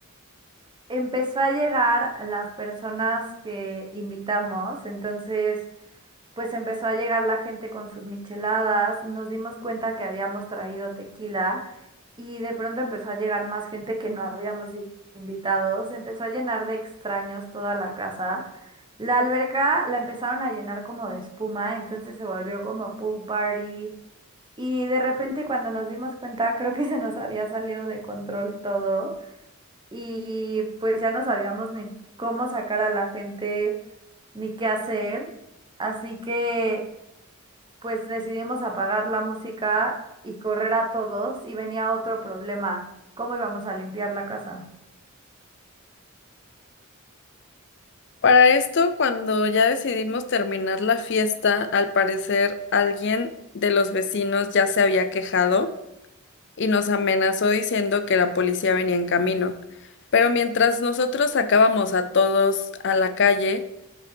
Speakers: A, on the right; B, on the left.
A: Empezó a llegar las personas que invitamos, entonces pues empezó a llegar la gente con sus micheladas, nos dimos cuenta que habíamos traído tequila. Y de pronto empezó a llegar más gente que no habíamos i- invitado. Se empezó a llenar de extraños toda la casa. La alberca la empezaron a llenar como de espuma, entonces se volvió como pool party. Y de repente cuando nos dimos cuenta, creo que se nos había salido de control todo. Y pues ya no sabíamos ni cómo sacar a la gente, ni qué hacer. Así que pues decidimos apagar la música y correr a todos y venía otro problema, ¿cómo íbamos a limpiar la casa?
B: Para esto, cuando ya decidimos terminar la fiesta, al parecer alguien de los vecinos ya se había quejado. y nos amenazó diciendo que la policía venía en camino. Pero mientras nosotros sacábamos a todos a la calle,